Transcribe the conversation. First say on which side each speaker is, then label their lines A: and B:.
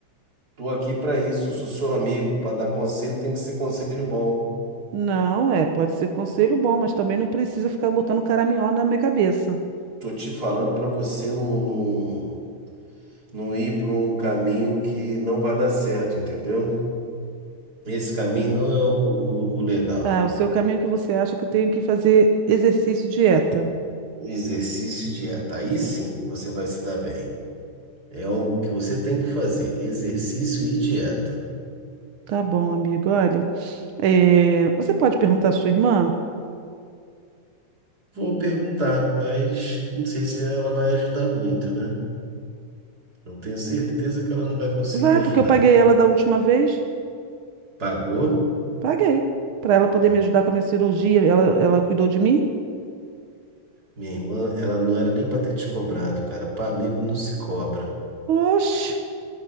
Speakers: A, on the right; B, on the right.
A: tô aqui para isso. Sou seu amigo, para dar conselho tem que ser conselho bom.
B: Não, é, pode ser conselho bom, mas também não precisa ficar botando caraminhola na minha cabeça.
A: Tô te falando para você não, não, não ir para um caminho que não vai dar certo, entendeu? Esse caminho não é o, o, o legal.
B: Tá, o seu caminho que você acha que eu tenho que fazer exercício, e dieta.
A: Exercício e dieta. Aí sim você vai se dar bem. É o que você tem que fazer: exercício e dieta.
B: Tá bom, amigo, olha. é, você pode perguntar à sua irmã?
A: Vou perguntar, mas não sei se ela vai ajudar muito, né? Eu tenho certeza que ela não vai conseguir
B: Vai,
A: ajudar.
B: porque eu paguei ela da última vez.
A: Pagou?
B: Paguei. para ela poder
A: Ó,
B: me ajudar com a minha cirurgia, ela, ela cuidou de mim.
A: Minha irmã, ela não era nem para ter te cobrado, cara. Para amigo não se cobra.
B: Oxe!